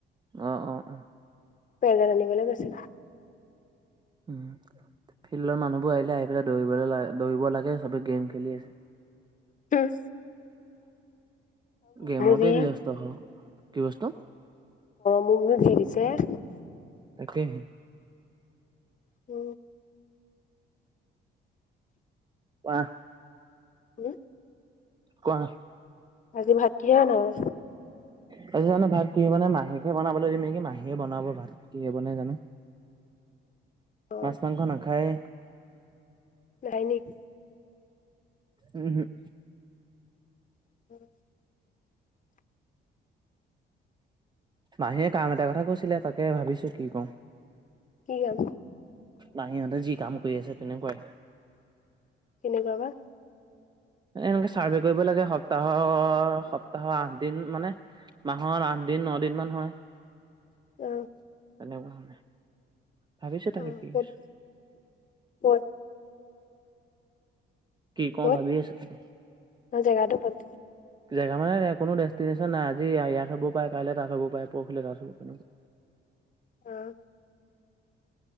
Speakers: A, on the right (about 20°); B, on the left (about 40°).
A: অ অ অ
B: পেজেন আনিবলৈ গৈছে।
A: উম ফিল্ডৰ মানুহবোৰ আহিলে আহি পেলাই দৌৰিবলৈ দৌৰিব লাগে সবে গেম খেলি আছে।
B: হম
A: গেমতে
B: যি
A: ব্যস্ত হয়। কি বস্তু?
B: মনো জীৱছে <unintelligible>
A: তাকেই হে
B: উ
A: কোৱা?
B: হম
A: কোৱা
B: আজি ভাত কিহে বনাবা?
A: তাপিছত জানো ভাত কিহে বনাই, মাহীকে বনাবলৈ দিম নেকি মাহীয়েকে বনাব ভাত কিহে বনাই জানো।
B: <inaudible> অ
A: মাছ মাংস নাখায়।
B: পায়নিক
A: উম হম
B: হয়। <inaudible>
A: মাহীয়ে কাম এটা কথা কৈছিলে তাকে ভাবিছো কি কওঁ।
B: কি কাম?
A: মাহীহঁতে যি কাম কৰি আছে তেনেকুৱাই।
B: কেনেকুৱা বা
A: এনেকে চাৰ্ভে কৰিব লাগে সপ্তাহৰ সপ্তাহৰ আঠ দিন মানে। মাহৰ আঠ দিন ন দিন মান হয় তেনেকুৱা
B: অ
A: মানে। ভাবিছো তাকে
B: অ
A: কিছ-
B: ক'ত ক'ত
A: কি কওঁ
B: ক'ত
A: ভাবি আছো তাকে।
B: অ', জেগাটো ক'ত
A: জেগা মানে কোনো ডেষ্টিশ্যন নাই আজি ইয়াত হ'ব পাৰে কাইলে তাত হ'ব পাৰে পৰহিলে তাত হ'ব তেনেকুৱা।
B: উম।